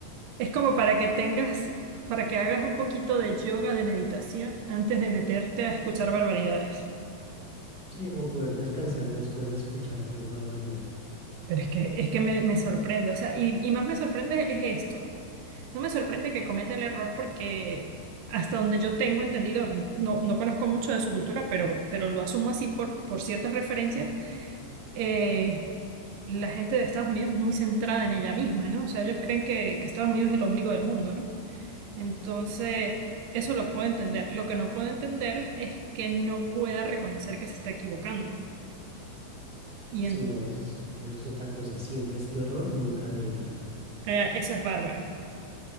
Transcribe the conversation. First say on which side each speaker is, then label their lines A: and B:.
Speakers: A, on the right; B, on the right.
A: Es como para que tengas, para que hagas un poquito de yoga, de meditación, antes de meterte a escuchar barbaridades.
B: Sí, o poder descansar después de escuchar esas barbaridades.
A: Pero es que, es que me, me sorprende, o sea, y, y más me sorprende es esto. No me sorprende que cometa el error porque hasta donde yo tengo entendido, no, no conozco mucho de su cultura, pero, pero lo asumo así por, por ciertas referencias, eh, la gente de Estados Unidos es muy centrada en ella misma, ¿no? O sea, ellos creen que, que Estados Unidos es el ombligo del mundo, ¿no? Entonces, eso lo puedo entender. Lo que no puedo entender es que no pueda reconocer que se está equivocando. Y
B: Sí,
A: en-
B: no, eso es, eso es otra cosa. Siempre es tu error, nunca de ellos.
A: eh, eso es bárbaro.